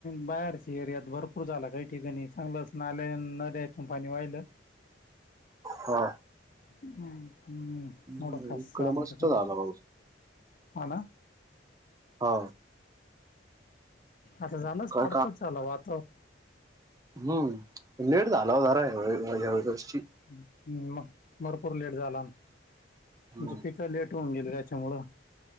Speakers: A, on the left; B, on the right.
A: बाहेरचे एरियात भरपूर झाला काही ठिकाणी चांगलंच नाल्या नद्यात कंपनी वाहिलं
B: हा
A: ह् हम्
B: हम्म,
A: मोडं खासच
B: इकडे
A: आमच्याकडेच
B: मस्त झाला पाऊस
A: हाना
B: हा
A: आता झाणच
B: का
A: पडत ला वातावरण
B: हम् नलेट झाला हो जरा ह्यावेसची
A: ् मग भरपूर लेट झाला म्हणजे
B: हम्म
A: पिकं लेट होऊन गेली त्याच्यामुळं